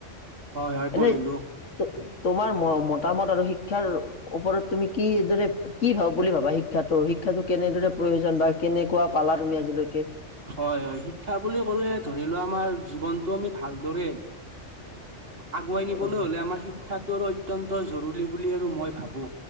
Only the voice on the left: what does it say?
এনে
তো- তোমাৰ মতামত আৰু শিক্ষাৰ ওপৰত তুমি কিদৰে কি ভাব বুলি ভাবা শিক্ষা, শিক্ষাটো কেনেদৰে প্ৰয়োজন বা কেনেকুৱা পালা তুমি আজিলৈকে?
হয়